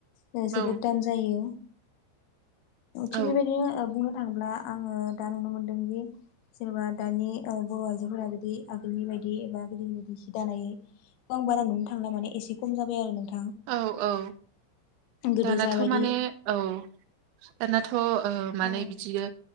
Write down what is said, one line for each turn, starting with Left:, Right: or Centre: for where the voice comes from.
Left: ओ
Right: औ
Left: जोबोद दाम जायो।
Right: औ
Left: थिग बेबायदिनो ओ बुंनो थाङोब्ला आङो दा नुनो मोनदों जि जेनेबा दानि ओ बर' आइजोफोरा बिदि आगोलनि बायदि एबा गोदोनि बायदि हि दानाय आं बारा नुनो थांला मे एसे खम जाबाय आरो नोंथां।
Right: औ औ।
Left: गोदो
Right: दानाथ'
Left: जाबायदि
Right: माने औ दानाथ' ओ माने
Left: औ
Right: बिदिनो